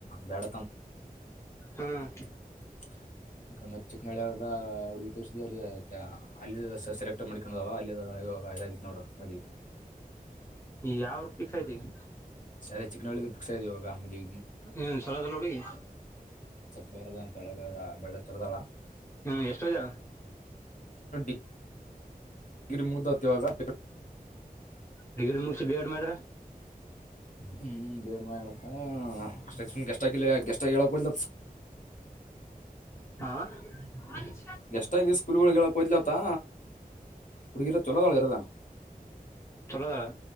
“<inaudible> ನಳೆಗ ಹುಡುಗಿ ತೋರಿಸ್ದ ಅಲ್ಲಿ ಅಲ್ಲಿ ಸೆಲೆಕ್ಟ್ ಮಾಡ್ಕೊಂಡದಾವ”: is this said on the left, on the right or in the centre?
Left